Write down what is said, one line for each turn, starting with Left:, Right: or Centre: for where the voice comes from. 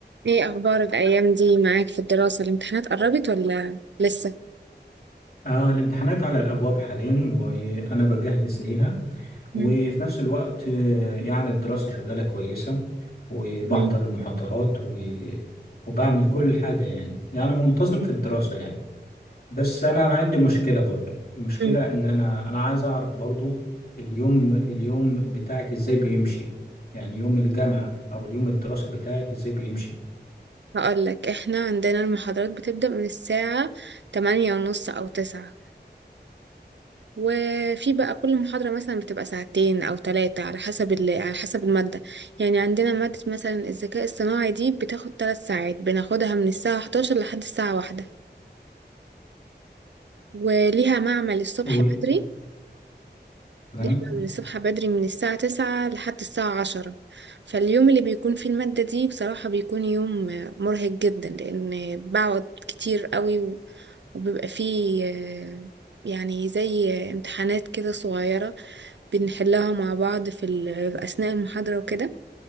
Right: ايه اخبار الايام دي معاك في الدراسة الامتحانات قربت ولا لسه
Left: آه، الامتحانات على الأبواب حاليا وأنا بجهز ليها
Right: مم.
Left: وفي نفس الوقت آه، يعني الدراسة شغالة كويسة وبحضر
Right: مم.
Left: المحاضرات و... وبعمل كل حاجة يعني يعني منتظم في الدراسة يعني بس أنا عندي مشكلة برضو المشكلة
Right: امم
Left: إن أنا أنا عايز أعرف برضو اليوم اليوم بتاعك إزاي بيمشي يعني يوم الجامعة أو اليوم الدراسة بتاعك إزاي بيمشي
Right: هقول لك احنا عندنا المحاضرات بتبدأ من الساعة تمانية ونص او تسعة وفي بقى كل محاضرة مثلا بتبقى ساعتين او ثلاثة على حسب ال... على حسب المادة يعني عندنا مادة مثلا الذكاء الصناعي دي بتاخد ثلاث ساعات بناخدها من الساعة 11 لحد الساعة واحدة وليها معمل الصبح
Left: و...
Right: بدري
Left: تمام
Right: دي احنا بنصحى بدري من الساعة تسعة لحد الساعة عشرة فاليوم اللي بيكون فيه المادة دي بصراحة بيكون يوم آه، مرهق جدا لأن بقعد كتير قوي و- وبيبقى فيه آه، يعني زي آه، امتحانات كده صغيرة بنحلها مع بعض في ال- في أثناء المحاضرة وكده